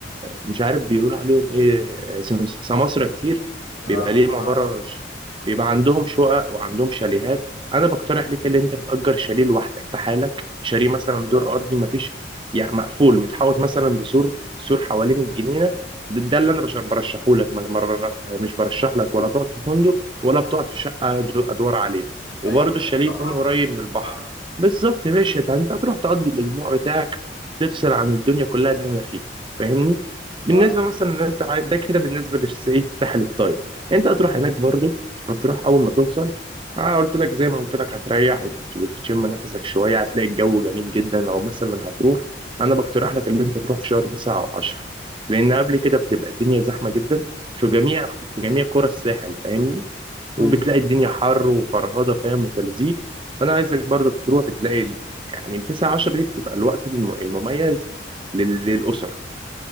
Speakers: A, on the right (about 25°); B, on the left (about 80°).
A: مش عارف بيقولوا عليهم ايه آه، سم- سماسرة كتير بيبقى
B: اه سمسار
A: ليهم عبارة ش- بيبقى عندهم شقق وعندهم شاليهات انا بقترح ليك ان انت تأجر شاليه لوحدك في حالك شاليه مثلا
B: ايوه
A: دور ارضي مفيش يعني مقفول متحوط مثلا بسور تسور حوالين الجنينه ده, ده اللي انا بش- برشحه لك ما- ما- ما- مش برشح لك ولا تقعد في فندق ولا بتقعد في شقه أدو- ادوار عاليه وبرضه
B: ايوه
A: الشاليه
B: طب
A: يكون
B: براحتك
A: قريب
B: كده
A: من البحر
B: صح
A: بالظبط يا باشا ده انت هتروح تقضي الاسبوع بتاعك تفصل عن الدنيا كلها بما فيه فاهمني
B: صح
A: بالنسبه مثلا ان انت عاي- ده كده بالنسبه للساحل <laughs> الطيب انت هتروح هناك برضه هتروح اول ما توصل اه قلت لك زي ما قلت لك هتريح وت- وتشم نفسك شويه هتلاقي الجو جميل جدا لو مثلا هتروح انا بقترح لك اللي انت تروح في شهر 9 او 10 لان قبل كده بتبقى الدنيا زحمه جدا في جميع في جميع قرى الساحل فاهمني
B: مم.
A: وبتلاقي الدنيا حر وفرهده فاهم وتلزيق فانا عايزك برضه تروح بتلاقي ال- يعني من 9 10 دي بتبقى الوقت الم- المميز لل- للاسر